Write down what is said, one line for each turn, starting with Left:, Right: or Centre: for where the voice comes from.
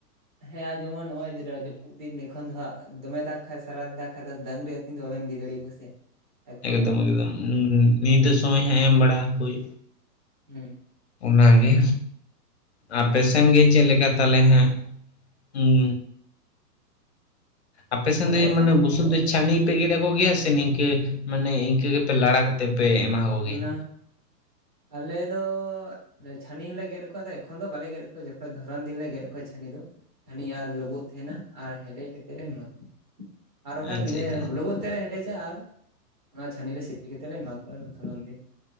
Right: ᱦᱮᱸ ᱟᱨ ᱡᱮᱢᱚᱱ ᱱᱚᱜ-ᱚᱭ ᱡᱮ ᱫᱟᱜ ᱡᱟᱯᱩᱛ ᱯᱩᱜ ᱫᱤᱱ ᱮᱠᱷᱚᱱ ᱫᱚ ᱦᱟᱸᱜ ᱫᱚᱢᱮ ᱫᱟᱜ ᱠᱷᱟᱡ ᱥᱟᱨᱟ ᱫᱤᱱ ᱫᱟᱜ ᱠᱷᱟᱡ ᱫᱚ ᱰᱟᱝᱨᱤ ᱟᱹᱛᱤᱧ ᱫᱚ ᱵᱟᱵᱮᱱ ᱤᱫᱤ ᱫᱟᱲᱮᱭᱟᱠᱚ ᱥᱮ᱾ ᱮᱠᱷᱚᱱ
Left: ᱮᱠᱫᱚᱢ
Right: ᱮᱢ ᱜᱟᱱᱚᱜᱼᱟ
Left: ᱮᱠᱫᱚᱢ
Right: ᱦᱩᱸ
Left: ᱧᱤᱫᱟᱹ ᱥᱚᱢᱚᱭ ᱦᱚᱸ ᱮᱢ ᱵᱟᱲᱟ ᱟᱠᱚ ᱦᱳᱭ
Right: ᱦᱩᱸ᱾
Left: ᱚᱱᱟ ᱜᱮ, ᱟᱯᱮ
Right: ᱦᱩᱸ
Left: ᱥᱮᱱ ᱜᱮ ᱪᱮᱫ ᱞᱮᱠᱟ ᱛᱟᱦᱚᱞᱮ ᱦᱮᱸᱜ? ᱩᱸᱻ᱾ ᱟᱯᱮ ᱥᱮᱱ
Right: ᱟᱞᱮ
Left: ᱫᱚ
Right: ᱥᱮᱫ
Left: ᱢᱟᱱᱮ ᱵᱩᱥᱩᱵ ᱫᱚᱪᱷᱟᱱᱤ ᱯᱮ ᱜᱮᱫ ᱟᱠᱚ ᱜᱮᱭᱟ ᱥᱮ ᱱᱤᱝᱠᱟᱹ ᱢᱟᱱᱮ ᱤᱝᱠᱟᱹ ᱜᱮᱯᱮ ᱞᱟᱲᱟ ᱠᱟᱛᱮᱫ ᱯᱮ ᱮᱢᱟ ᱠᱚ
Right: ᱚᱱᱟ
Left: ᱜᱮᱭᱟ?
Right: ᱟᱞᱮ ᱫᱚ ᱪᱷᱟᱹᱱᱤ ᱦᱚᱸ ᱞᱮ ᱜᱮᱫ ᱟᱠᱚᱣᱟ ᱟᱫᱚ ᱮᱠᱷᱚᱱ ᱫᱚ ᱵᱟᱞᱮ ᱜᱮᱫ ᱟᱠᱚᱣᱟ ᱡᱚᱠᱷᱚᱡ ᱫᱷᱚᱨᱚᱱ ᱫᱤᱱ ᱞᱮ ᱜᱮᱫ ᱟᱠᱚᱣᱟ ᱪᱷᱟᱹᱱᱤ ᱫᱚ᱾ ᱪᱷᱟᱹᱱᱤ ᱟᱨ ᱞᱳᱵᱳᱜ ᱛᱟᱦᱮ ᱱᱟ ᱟᱨ ᱦᱮᱰᱮᱡ ᱠᱟᱛᱮ ᱞᱮ ᱮᱢᱟ ᱠᱚ, ᱟᱨ ᱵᱟᱠᱷᱟᱱ
Left: ᱟᱪᱪᱷᱟ
Right: ᱵᱤᱱᱟᱹ
Left: ᱟᱪᱪᱷᱟ
Right: ᱞᱳᱵᱳᱜ ᱛᱮᱞᱮ ᱦᱮᱰᱮᱡᱟ ᱟᱨ ᱚᱱᱟ ᱪᱷᱟᱹᱱᱤ ᱨᱮ ᱥᱤᱯᱤ ᱠᱟᱛᱮ ᱞᱮ ᱮᱢᱟ ᱠᱚᱣᱟ ᱫᱷᱚᱨᱚᱱ ᱫᱤᱱ᱾